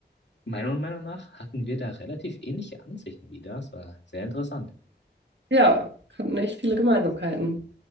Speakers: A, on the left (about 80°); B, on the right (about 80°).
A: meiner Meinung nach hatten wir da relativ ähnliche Ansichten wieder. Es war sehr interessant.
B: ja, hatten echt viele Gemeinsamkeiten.